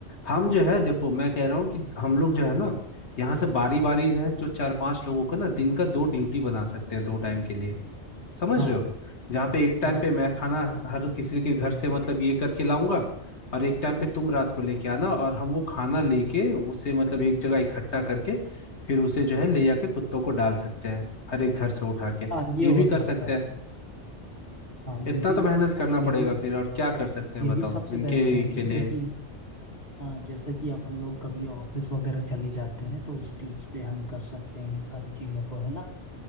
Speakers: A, on the left; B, on the left.
A: हम जो है देखो मैं कह रहा हूँ कि हम लोग जो है ना यहाँ से बारी बारी है जो चार पांच लोगों का ना दिन का दो ड्यूटी बना सकते हैं दो टाइम के लिए समझ
B: हाँ
A: रहे हो जहाँ पे एक टाइम
B: हाँ
A: पे मैं खाना हर किसी के घर से मतलब ये करके लाऊंगा और एक टाइम पे तुम रात को लेके आना और हम वो खाना लेके उसे मतलब एक जगह इकट्ठा करके फिर उसे जो है ले जाके कुत्तों को डाल सकते हैं हर एक घर से उठा के
B: हाँ ये
A: ये
B: हो
A: भी कर
B: सकता
A: सकते हैं
B: है हाँ ये
A: इतना
B: भी
A: तो
B: हो
A: मेहनत
B: सकता
A: करना
B: है
A: पड़ेगा
B: ये भी
A: फिर और क्या कर सकते हैं
B: ये
A: बताओ
B: भी सबसे
A: इनके
B: बेस्ट है जैसे
A: के लिए
B: कि हाँ जैसे कि अपन लोग कभी ऑफिस वगैरह चले जाते हैं तो उस चीज़ पे हम कर सकते हैं इन सारी चीज़ों को है ना